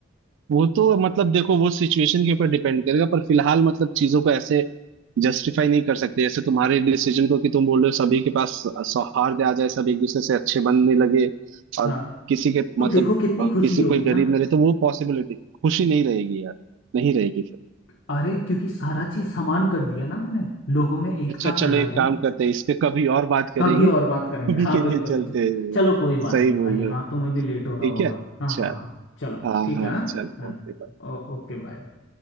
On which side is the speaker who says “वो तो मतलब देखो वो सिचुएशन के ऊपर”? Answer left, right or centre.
Right